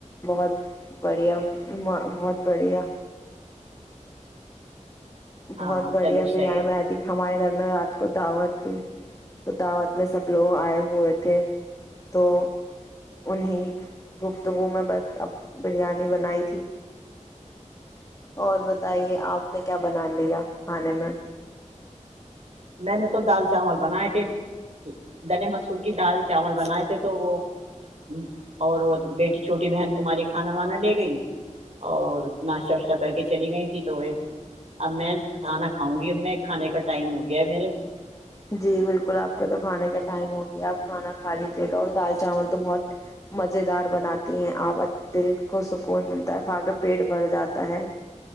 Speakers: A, on the left; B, on the right.
A: بہت بڑھیا بہت بڑھیا
B: ہاں
A: بہت بڑھیا
B: چلو
A: بریانی
B: صحیح ہے
A: میں رہتی ہمارے گھر میں کو دعوت دی تو دعوت میں سب لوگ آئے ہوئے تھے تو انہیں گفتگو میں بس اب بریانی بنائی تھی اور بتائیے آپ نے کیا بنا لیا کھانے میں
B: میں نے تو دال چاول بنائے تھے دنے مسور کی دال چاول بنائے تھے تو وہ ہوں اور وہ بیٹی چھوٹی بہن تمہاری کھانا وانا لے گئی اور ناشتہ واشتہ کر کے چلی گئی تیں تو اب میں کھانا کھاؤں گی اب میں کھانے کا ٹائم ہوگا گیا میرے
A: جی بالکل آپ کا تو کھانے کا ٹائم ہو گیا آپ کھانا کھا لیجیے گا اور دال چاول تو بہت مزے دار بناتی ہیں آپ دل کو سکون ملتا ہے کھا کے پیٹ بھر جاتا ہے